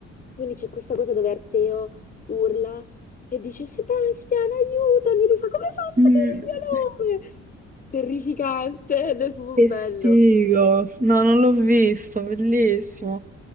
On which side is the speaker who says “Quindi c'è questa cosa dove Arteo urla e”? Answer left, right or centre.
Left